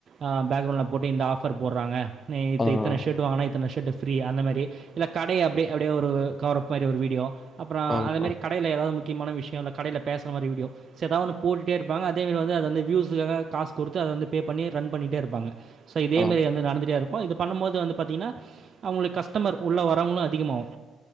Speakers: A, on the right; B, on the left.
A: அ பேக்ரௌண்டில போட்டு இந்த ஆஃப் ஆஃபர் போடுறாங்க நீ இத்
B: ஆ.
A: இத்தன ஷர்ட் வாங்குனா இத்தன ஷர்ட்டு ஃப்ரீ அந்த மாரி இல்ல கடை அப்டியே அப்டியே ஒரு கவரப் மாரி ஒரு வீடியோ அப்புற
B: ஆமா
A: அதேமாரி
B: ப்ரோ.
A: கடைல எதாவது மு முக்கியமான விஷயோ இல்ல கடையில பேசுறமாரி வீடியோ எதா ஒன்னு போட்டுட்டே இருப்பாங்க அதே மாரி வந்து அத வந்து வியூஸ்காக காசு குடுத்து அத வந்து பே பண்ணி ரன் பண்ணிட்டே இருப்பாங்க சோ இதே
B: ஆமா,
A: மாரி வந்து நடந்துட்டே இருக்கு இது பண்ணும்போது வந்து பாத்தீங்கன்னா அவுங்களுக்கு கஸ்டமர் உள்ள வரவங்களு அதிகமாவு